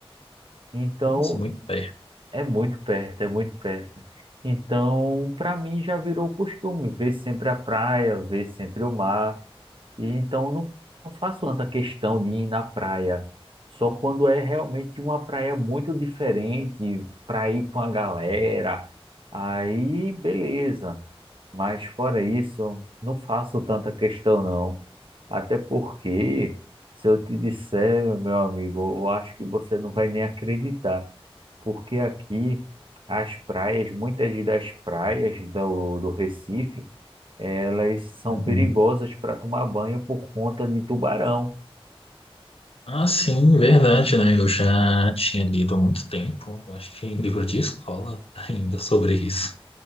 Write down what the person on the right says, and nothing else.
Então,
é muito perto, é muito perto. Então, para mim já virou costume ver sempre a praia, ver sempre o mar. E então eu não não faço tanta questão de ir na praia, só quando é realmente uma praia muito diferente para ir com a galera. Aí, beleza. Mas fora isso, não faço tanta questão não. Até porque, se eu te disser, meu amigo, eu acho que você não vai nem acreditar, porque aqui as praias, muitas das praias do, do Recife elas são
perigosas para tomar banho por conta de tubarão.